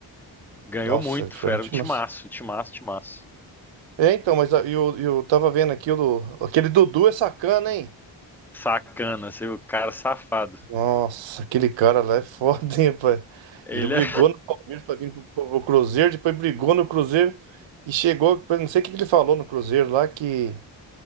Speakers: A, in the centre; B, on the right.
A: ganhou
B: Nossa,
A: muito.
B: foi
A: Foi,
B: um
A: era
B: time
A: um timaço,
B: massa.
A: timaço, timaço.
B: É, então, mas a- e eu, eu tava vendo aqui o do- aquele Dudu é sacana, hein?
A: Sacana, assim, o cara safado.
B: Nossa, aquele cara lá é foda, hein, pai?
A: Ele
B: Ele brigou
A: é,
B: no Palmeiras pra vir pro, pro Cruzeiro, depois brigou no Cruzeiro e chegou. eu Não sei o que que ele falou no Cruzeiro lá, que